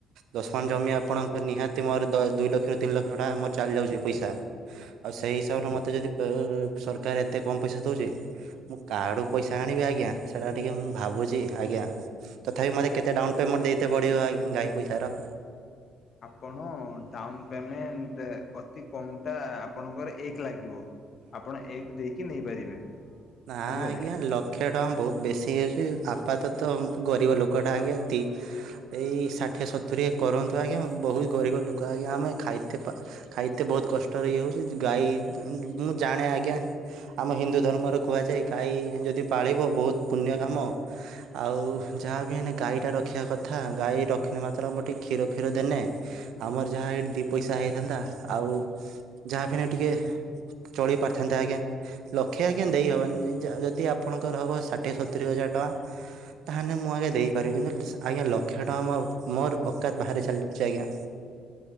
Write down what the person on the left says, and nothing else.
ଆଜ୍ଞା।
ଆପଣ ଡାଉନ ପେମେଣ୍ଟ ଅତି କମଟା ଆପଣଙ୍କର ଏ ଏକ ଲାଗିବ ଆପଣ ଏକ ଦେଇକି ନେଇପାରିବେ।
ବୁଝିପାରିଲେ